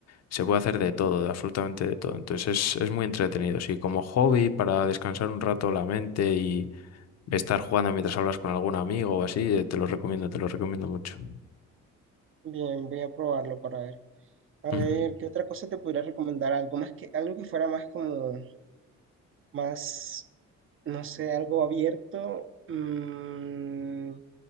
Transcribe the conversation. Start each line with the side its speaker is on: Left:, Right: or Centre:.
Left: se puede hacer de todo, de absolutamente de todo. Entonces es, es muy entretenido, sí, como hobby para descansar un rato la mente y estar jugando mientras hablas con algún amigo o así, eh, te lo recomiendo, te lo recomiendo mucho.
Right: Bien, voy a probarlo para ver. A
Left: Ujú.
Right: ver, ¿qué otra cosa te podría recomendar? Algo más que, algo que fuera más como, más, no sé, algo abierto. Mm,